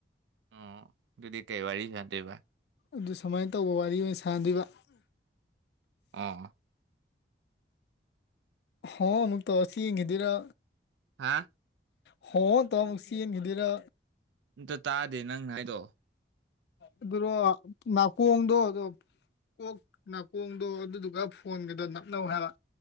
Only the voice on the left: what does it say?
ꯑꯗꯨ ꯁꯨꯃꯥꯏꯅ ꯇꯧꯕ ꯋꯥꯔꯤ ꯑꯣꯏꯅ ꯁꯥꯥꯟꯗꯣꯏꯕ
ꯍ ꯑꯃꯨꯛ ꯇꯧ ꯑꯁꯤ ꯌꯦꯡꯈꯤꯗꯣꯏꯔꯥ
ꯍꯣ ꯇꯃꯨꯁꯤ ꯅꯤꯡꯗꯔ
ꯑꯗꯨꯣ ꯅꯥꯀꯣꯡꯗꯣ ꯀꯣꯛ ꯅꯥꯀꯣꯡꯗꯣ ꯑꯗꯨꯗꯨꯒ ꯐꯣꯟꯒꯗꯣ ꯅꯞꯅꯧ ꯍꯥꯏꯕ